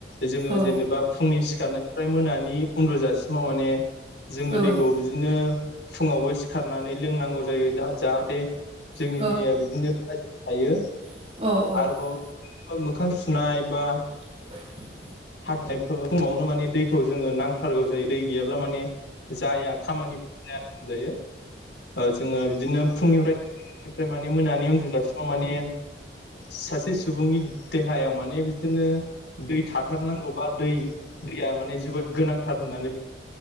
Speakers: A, on the left; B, on the right.
A: जोङो
B: औ
A: जेनेबा फुंनि सिखारनायनिफ्राय मोनानि उन्दुजासिमाव माने जोङो
B: औ
A: दैखौ बिदिनो फुङावबो सिखारनानै लोंनांगौ जायो जा-जाहाथे जोंनि
B: औ
A: देहाया बिदिनो थाजिम थायो
B: औ
A: आरोबाव ओ मोखां सुनाय बा
B: <unintelligible>
A: <unintelligible> समावनो माने दैखौ जोङो नांथारगौ जायो दै गैयाब्ला माने जाया खामानि <inaudible> जाया होनजायो ओ जोङो बिदिनो फुंनिफ्राय <inaudible> माने मोनानि उन्दुजासिमाव माने सासे सुबुंनि देहायाव माने बिदिनो दै थाथारनांगौ बा दै दैया माने जोबोद गोनांथार होननानै